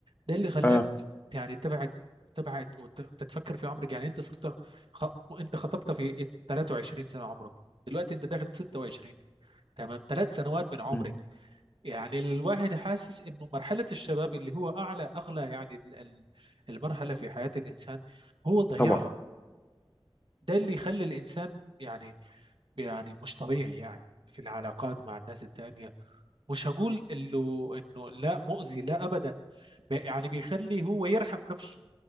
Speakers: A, on the right; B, on the left.
A: ده اللي خلاك
B: اه
A: يعني تتبع وتبعد وتتفكر في عمرك يعني انت صرت خ... انت خطبت في 23 سنه عمرك دلوقتي انت داخل 26 تمام ثلاث سنوات من عمرك
B: مم.
A: يعني الواحد حاسس انه مرحله الشباب اللي هو اعلى اغلى يعني ال- ال- المرحله في حياه الانسان هو ضياعها
B: طبعا
A: ده اللي يخلي الانسان يعني يعني مش طبيعي يعني في العلاقات مع الناس التانية مش هقول انه انه لا مؤذي لا ابدا ب- يعني بيخلي هو يرحم نفسه